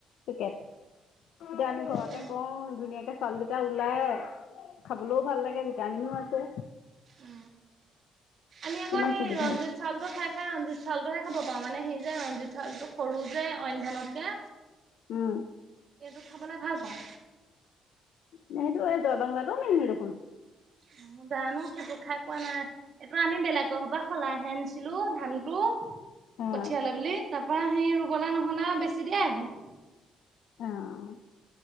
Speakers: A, on the left; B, on the right.
A: পেকেট। এতিয়া আমি ঘৰতে
B: তাকে
A: কৰো ধুনীয়াকে চাউলকেইটা ওলাই খাবলেও ভাল লাগে ভিটামিনো আছে।
B: উ আমি আকৌ
A: কিমান
B: সেই
A: সুবিধা
B: ৰঞ্জিত চাউলতটো খাই খাই ৰঞ্জিত চাউল চালটোহে খাব পাওঁ মানে সি যে ৰঞ্জিত চউলটো। সৰু যে অইন ধানতকে।
A: উম,
B: টো খাবলে ভাল পাওঁ।
A: সেইটো এই জয়বাংলাটোও মিহি দেখোন
B: <inaudible> জানো সেইটো খাই পোৱা নাই এইটো আমি বেলেগৰ পৰা সলাইহে আনিছিলো ধানটো।
A: অঁ
B: কঠিয়ালে বুলি, তাৰপৰা সেই ৰুবলে নহ'লে বেছি দিয়াই হল।
A: আহ।